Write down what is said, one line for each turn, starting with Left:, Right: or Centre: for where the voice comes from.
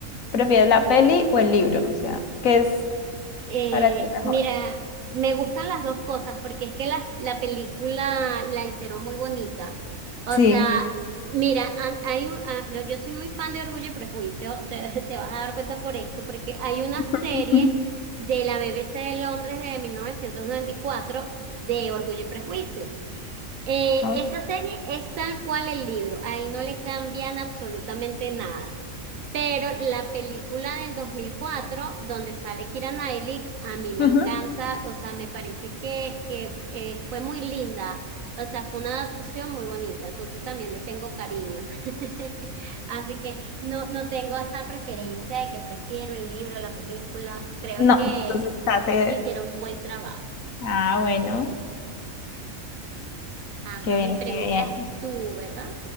Left: ¿prefieres la peli o el libro? O sea, ¿qué es
Right: Eh,
Left: para ti mejor?
Right: mira, me gustan las dos cosas porque es que la, la película la hicieron muy bonita. O
Left: Sí.
Right: sea, mira, an- hay un- ah, lo- yo soy muy fan de Orgullo y Prejuicio, <laughs> te, te vas a dar cuenta por esto, porque hay una
Left: <laughs>
Right: serie
Left: Ujú.
Right: de la BBC de Londres de 1994 de Orgullo y Prejuicio. Eh,
Left: Ah,
Right: esa serie es tal cual el libro, ahí no le cambian absolutamente nada. Pero la película del 2004 donde sale Keira Knightley, a mí me
Left: ujú.
Right: encanta, o sea, me parece que, que eh, fue muy linda, o sea, fue una adaptación muy bonita, entonces también le tengo cariño. <laughs> Así que no, no tengo esa preferencia de que prefiero el libro, la película, creo
Left: No,
Right: que,
Left: entonces estás. eh,
Right: que hicieron un buen trabajo.
Left: Ah, bueno,
Right: Ajá,
Left: qué bien,
Right: me preguntas
Left: qué bien.
Right: tú, ¿verdad?